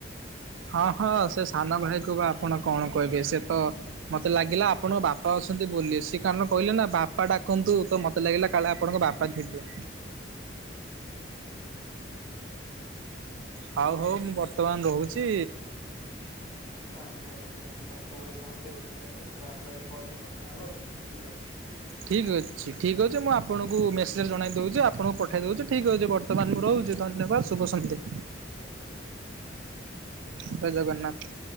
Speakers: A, on the right (about 85°); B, on the left (about 25°).
A: ହଁ ହଁ ସେ ସାନ ଭାଇକୁ ବା ଆପଣ କଣ କହିବେ ସେ ତ ମତେ ଲାଗିଲା ଆପଣଙ୍କ ବାପା ଅଛନ୍ତି ବୋଲି ସେ କାରଣ କହିଲେ ନା ବାପା ଡାକନ୍ତୁ ତ ମତେ ଲାଗିଲା କାଳେ ଆପଣଙ୍କ ବା ପା ଥିବେ।
B: ଆଜ୍ଞା ଆଜ୍ଞା।
A: ହଉ ହଉ ମୁଁ ବର୍ତ୍ତମାନ ରହୁଛି।
B: ଆଜ୍ଞା ଆଜ୍ଞା ସକାଳ ତ ଓଡିଶାନ୍ତି ଘଟିଲାଣି ତମେ ଆଗାମୀ କଲରେ କଥା ହବା ଆଉ ଠିକ ଅଛି।
A: ଠିକ୍ ଅଛି ଠିକ୍ ଅଛି ମୁଁ ଆପଣଙ୍କୁ ମେସେଜ୍ ଜଣାଇ ଦେଉଛି ଆପଣଙ୍କୁ ପଠାଇ ଦେଉଛି ଠିକ୍ ଅଛି ବ ବର୍ତ୍ତମାନ ମୁଁ ରହୁଛି ଧନ୍ୟବାଦ ଶୁଭ ସନ୍ଧ୍ୟା।
B: ଠିକ୍ ଅଛି ଜୟ ଜଗନ୍ନାଥ।
A: ଜୟ ଜଗନ୍ନାଥ।